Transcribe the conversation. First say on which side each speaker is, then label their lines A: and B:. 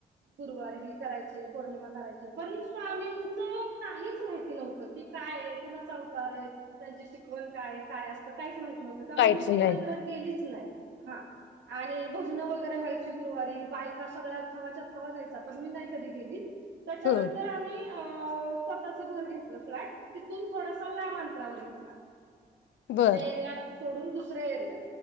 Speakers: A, on the right; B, on the left.
A: गुरुवारी करायचे पौर्णिमा करायचे, पण स्वामींच काहीच माहिती नव्हतं की. काय हाय कुणाचा अवतार आहे. त्यांची शिकवण काय काय असतं काहीच माहित नव्हत. त्यामुळे
B: काहीच
A: मी कधी
B: नाही
A: मंदिरात गेलीच नाही हा आणि भजन वगैरे व्हायची. ती गुरवारी बायका सगळ्या थवा थवा च्या जायच्या पण मी नाही कधी गेली. त्याच्यानंतर
B: हम्म
A: आम्ही, अ स्वतःच घर घेतलं फ्लॅट तिथून थोडसा लांब अंतरा वर घेतला.
B: बर
A: ते एरिया सोडून दुसऱ्या एरिया